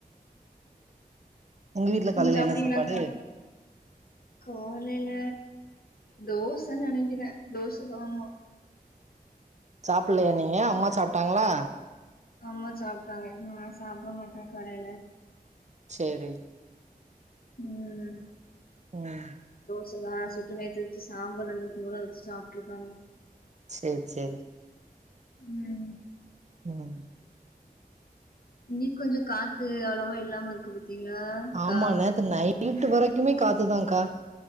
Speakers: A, on the left; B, on the right.
A: <inaudible>
B: உங்க வீட்ல காலையில
A: சாப்டிங்களாகா
B: என்ன சாப்பாடு
A: காலேல தோசனு நெனைக்கிற தோச ஆமா
B: சாப்பல்லையா நீங்க அம்மா சாப்ட்டாங்களா
A: அம்மா சாப்ட்டாங்க நா சாப்ட மாட்ட கடைல
B: சேரி
A: உம்
B: உம்
A: சூடா சுட்டு நேத்து வச்ச சாம்பார் இருந்தது கூட அத வச்சு சாப்ட்டு இருக்காங்க
B: சேரி சேரி
A: உம்
B: உம்
A: இன்னிக்கி கொஞ்சோ காத்து அவ்வளவா இல்லாம இருக்கு பாத்தீங்களா அக்கா
B: ஆமா நேத்து நை வரைக்குமே காத்துதாகா